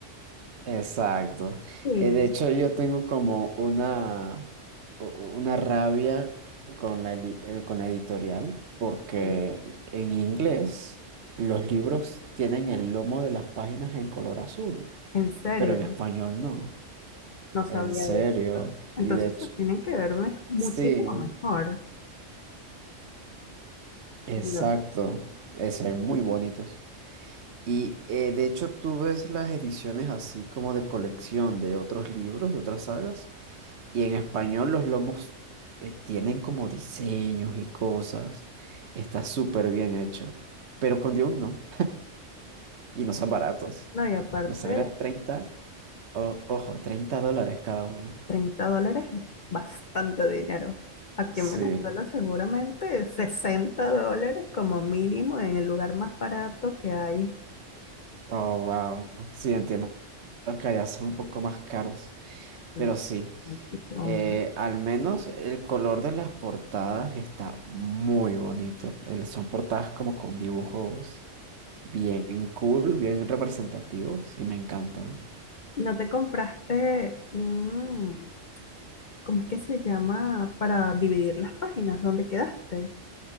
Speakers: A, on the right (about 65°); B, on the left (about 50°).
A: exacto.
B: Sí,
A: Eh, de hecho, yo tengo como una, u- una rabia con la, li- eh, con la editorial, porque
B: ok.
A: en inglés los libros tienen el lomo de las páginas en color azul,
B: en serio,
A: pero en español no.
B: no sabía
A: En serio,
B: eso. Entonces
A: y de hecho,
B: se tienen que verme muchísimo
A: sí,
B: mejor.
A: exacto,
B: No,
A: eh, se ven muy bonitos. Y eh, de hecho tú ves las ediciones así como de colección de otros libros, de otras sagas, y en español los lomos eh, tienen como diseños y cosas, está súper bien hecho, pero con Dune no, y no son baratos,
B: no, y aparte,
A: me salieron 30. o- ojo, 30 dólares cada uno.
B: Treinta dólares es bastante dinero. Aquí
A: Sí,
B: en Venezuela seguramente 60 dólares como mínimo en el lugar más barato que hay.
A: oh, wow, sí, entiendo que allá son un poco más caros. Pero
B: y
A: sí,
B: muchísimo
A: eh,
B: más.
A: al menos el color de las portadas está muy bonito. El- son portadas como con dibujos bien cool, bien representativos y me encantan.
B: ¿Y no te compraste un, ¿cómo es que se llama? Para dividir las páginas. ¿Dónde quedaste?